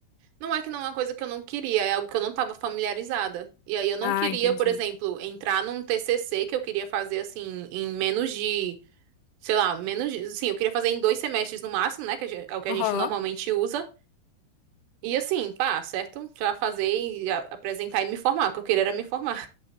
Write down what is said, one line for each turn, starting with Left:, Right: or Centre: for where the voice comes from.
Right: Não é que não é uma coisa que eu não queria, é algo que eu não estava familiarizada. E aí eu não
Left: Ah,
Right: queria,
Left: entendi.
Right: por exemplo, entrar num TCC que eu queria fazer assim em menos de, sei lá, menos de, assim, eu queria fazer em dois semestres no máximo, né, que a gen- é o que
Left: Aham.
Right: a gente normalmente usa. E assim, pá, certo? Já fazer e a- apresentar e me formar, o que eu queria era me formar.